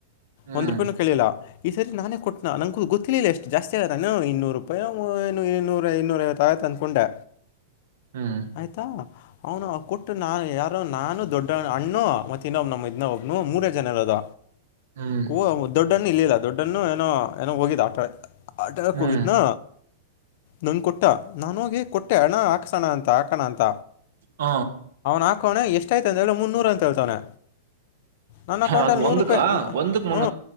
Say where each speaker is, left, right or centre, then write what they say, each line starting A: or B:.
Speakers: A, on the right (about 70°); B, on the left (about 55°).
A: ಹ್ಮ್
B: ಒಂದ್ ರೂಪಾಯಿನೂ ಕೇಳಿಲ್ಲ ಈ ಸರಿ ನಾನೇ ಕೊಟ್ಟ ನಾ ನಂನ್ಗೂ ಗೊತ್ತಿಲ್ಲಷ್ಟ ಜಸ್ತಿ ಆಗತಾನು ಇನ್ನೂರು ರೂಪಾಯಿ ಇೂರ ಇನ್ನೂರ ವತ್ತು ಆಯತ ಅಂದ್ಕೊಂಡೆ
A: ಹ್ಮ್
B: ಆಯ್ತಾ ಅವನು ಕೊಟ್ಟ ನಾನು ಯಾರು ನಾನು ದೊಡ್ಡ ಅಣ್ಣು ಮತ್ ಇನ್ನೊಬ್ ನಮ್ ಇದನ್ನ ಒಬ್ನು ಮೂರೇ ಜನ ಇರೋದ
A: ಹ್ಮ್
B: ಓ ದೊಡ್ಡನ್ನು ಇಲ್ಲಿಲ್ಲ ದೊಡ್ಡನ್ನು ಏನೋ ಏನೋ ಹೋಗಿದ ಆಟ ಆಟರಕ್
A: ಹ್ಮ್
B: ಹೋಗಿತ್ನಾ ನಂ ಕೊಟ್ಟ ಊಟ್ಟ ನಾನ ಹೋಗಿ ಕೊಟ್ಟೆ ಅಣ ಹಾಕ್ಸೋಣ ಅಂತ ಹಾಕಣ ಅಂತ
A: ಹ
B: ಹಾಕೋಣೆ ಎಷ್ಟಾಯಯ್ತ ಹೇಳು ಮುನ್ನೂರ ಅಂತ ಹೇಳ್ತೋಣೆ ನನ್ನ ಅಕೌಂಟಲ್ಲಿ
A: ಅದ್
B: ನೂರು
A: ಒಂದಕ್ಕ
B: ರೂಪಾಯಿ
A: ಒಂದಕ್
B: ಹ್ಮ